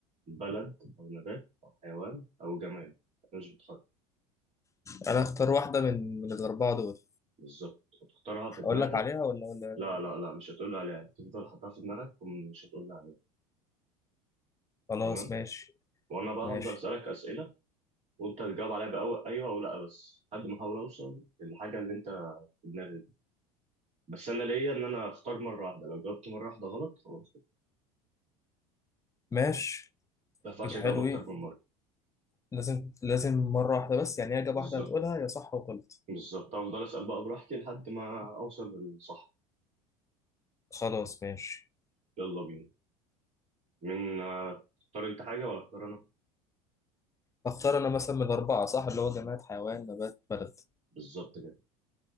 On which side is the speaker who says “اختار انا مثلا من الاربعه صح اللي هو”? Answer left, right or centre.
Left